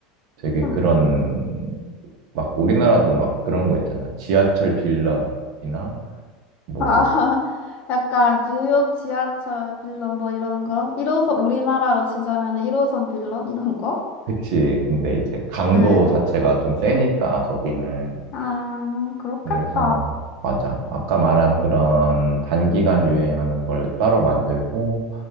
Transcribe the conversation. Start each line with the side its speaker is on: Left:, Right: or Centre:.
Right: 되게
Left: 응.
Right: 그런 막 우리나라도 막 그런 거 있잖아. 지하철 빌런이나 뭐
Left: 아, <laughs> 약간 뉴욕 지하철 빌런 뭐 이런 거? 1호선, 우리나라로 치자면 1호선 빌런 이런 거?
Right: 그치. 근데 이제 강도
Left: 응.
Right: 자체가 좀 세니까 거기는
Left: 아, 그렇겠다.
Right: 그래서 맞아. 아까 말한 그런 단기간 유행하는 걸 따로 만들고